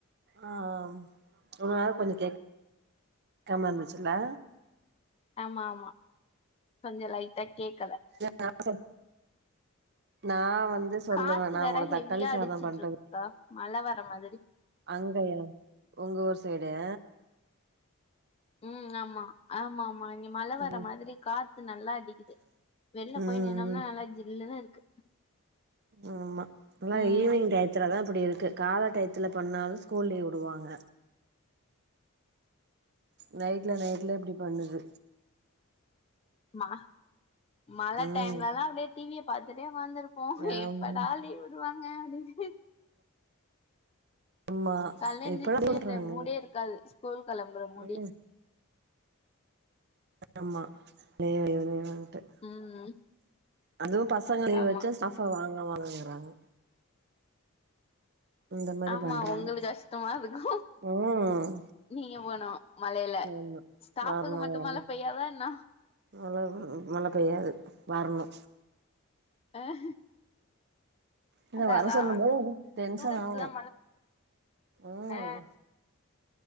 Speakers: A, on the right; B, on the left.
A: ஆ இவ்ளோ நேரோ கொஞ் கே கேட்காம இருந்துச்சுல்லா
B: ஆமா ஆமா கொஞ்ச லைட்டா கேக்கல
A: <unintelligible> நா வந்து சொல்லுவே
B: காத்து
A: நா
B: வேற
A: உங்கள
B: ஹெவியா
A: தக்காளி சாதோ
B: அடிச்சிட்டு
A: பண்றது
B: இருக்குக்கா மழ வர மாதிரி
A: அங்கயா உங்க ஊர் சைடு
B: ம் ஆமா ஆமா ஆமா இங்க மழ வர
A: ம்
B: மாதிரி காத்து நல்லா அடிக்குது வெளில
A: ம்
B: போய் நின்னோம்னா நல்லா ஜில்லுனுு இருக்கு
A: ஆமா இதுலா
B: ம்
A: ஈவினிங் டையத்துலதா இப்டி இருக்கு கால்ல டையத்துல பண்ணாலு ஸ்கூல் லீவு வுடுவாங்க நைட்ல நைட்ல இப்டி பண்ணுது
B: மழ மழ
A: ம்
B: டைம்லலா அப்டியே டிவிய பாத்துட்டே உக்கார்ந்துருப் போ
A: ஆமா
B: எப்படா லீவ் விடுவாங்க அப்டின்னு
A: ஆமா
B: கால்ல எந்திருச்சு
A: இப்பல்லா பண்றாங்க
B: இந்த மூடே இருக்காது ஸ்கூல் கெளம்புற மூடே
A: ம் ஆமா <unintelligible>
B: ம்
A: அதுவு பசங்களையு
B: ஆமா
A: வெச்சா ஸ்டாஃப வாங்க வாங்கங்கிறாங்க இந்த மாரி
B: ஆமா
A: பண்றாங்க
B: உங்களுக்கு கஷ்டமா இருக்கு
A: ம்
B: நீங்க போனு மழைல
A: ஆமா
B: ஸ்டாப்புக்கு
A: வரணு
B: மட்டு
A: வரணு
B: மழ பெய்யாதா என்ன
A: <unintelligible> மழ பெய்யாது வரணு
B: ஆஹ
A: இல்ல
B: அதாதா
A: வர சொல்லும் போது எனக்கு டென்ஷன்
B: ஸ்டூட்ஸ்ல்லா
A: ஆகு
B: மழ
A: ம்
B: ஆ